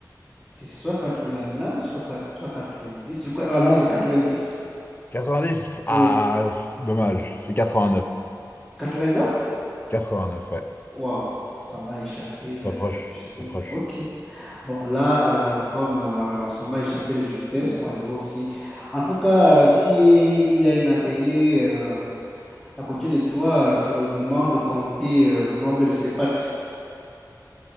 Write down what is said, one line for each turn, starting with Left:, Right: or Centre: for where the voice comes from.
Centre: C'est soit 89, soit, ça- soit 90. Je crois- Allons-y, dix
Left: Quatre-vingt-dix.
Centre: Oui.
Left: Ah, c'est dommage, c'est vingt neuf
Centre: quatre-vingt-neuf.
Left: ouais.
Centre: Waouh, ça m'a échappé
Left: Très
Centre: euh,
Left: proche,
Centre: de justesse.
Left: très proche.
Centre: Ok. Bon, là, euh, comme euh, ça m'a échappé de justesse, moi je vais aussi. En tout cas, euh, si il y a une araignée euh, à côté de toi, c'est le moment de compter euh, le nombre de ses pattes.